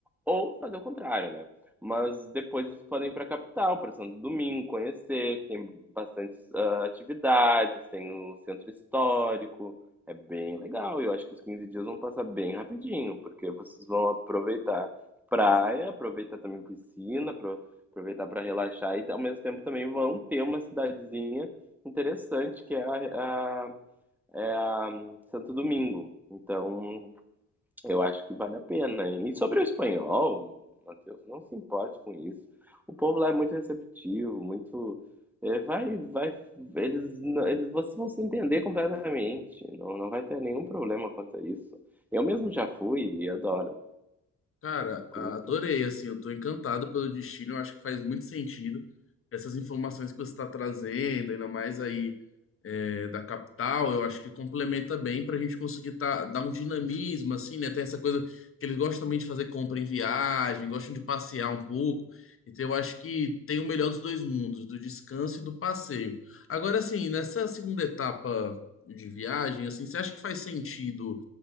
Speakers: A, in the centre; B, on the left (about 45°).
A: ou fazer o contrário, né? Mas depois vocês podem ir para a capital, para Santo Domingo, conhecer, que tem bastante ah, atividades, tem o centro histórico, é bem legal. E eu acho que os 15 dias vão passar bem rapidinho, porque vocês vão aproveitar praia, aproveitar também piscina, apro- aproveitar para relaxar e ao mesmo tempo também vão ter uma cidadezinha interessante que é a, a- é a hum, Santo Domingo. Então, eu acho que vale a pena. E sobre o espanhol, Matheus, não se importe com isso. O povo lá é muito receptivo, muito. é, vai, vai. Eles, não- eles, vocês vão se entender completamente. Não, não vai ter nenhum problema quanto a isso. Eu mesmo já fui e adoro.
B: Cara,
A: Por
B: adorei,
A: isso que.
B: assim, eu tô encantado pelo destino, eu acho que faz muito sentido essas informações que você está trazendo, ainda mais aí é, da capital, eu acho que complementa bem pra gente conseguir tá, dar um dinamismo, assim, né? Tem essa coisa que eles gostam também de fazer compra em viagem, gostam de passear um pouco, então eu acho que tem o melhor dos dois mundos, do descanso e do passeio. Agora, assim, nessa segunda etapa de viagem, assim, você acha que faz sentido?